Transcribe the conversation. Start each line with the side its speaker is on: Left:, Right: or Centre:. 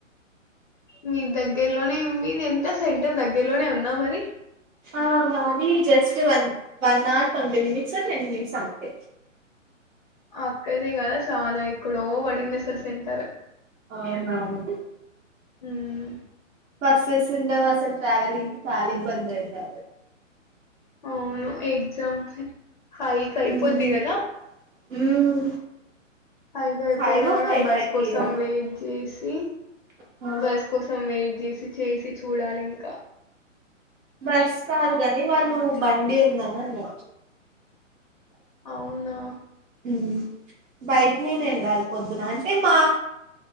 Left: మీ దగ్గ గ్గరలోనే ఉంది ఇది ఎంత సెంటర్ దగ్గరలోనే ఉందా మరి
Right: ఆ మాది జస్ట్ వన్ వన్ ఆర్ ట్వీటీ మినిట్స్ టెన్ మినిట్స్ అంతే
Left: అక్కది కదా చాలా ఇక్కడో వడింది అసలు సెంటర్
Right: ఆవునవున్
Left: హుమ్
Right: బస్సెస్ ఉండవు అసలు ట్రావెలింగ్ కి చాలా ఇబ్బంది అయితాది
Left: అవును ఎగ్జామ్ కి హైక్ అయిపోద్ది
Right: ఉమ్
Left: కదా
Right: ఉమ్
Left: ఫైకి అయిపోయినా
Right: ఫైవ్ ఓ
Left: కూడా
Right: ఫైవ్
Left: బస్
Right: థర్టీ
Left: కోసం
Right: ఆ
Left: వెయిట్ చేసి
Right: మరి
Left: బస్ కోసం వెయి చేసి చేసి చూడాలి ఇంకా
Right: బస్ కాద్ గాని వాళ్ళు బండి ఉందని అన్నా
Left: అవునా
Right: ఉమ్ బైక్ మీద ఏళ్ళారు పొద్దున అంటే మా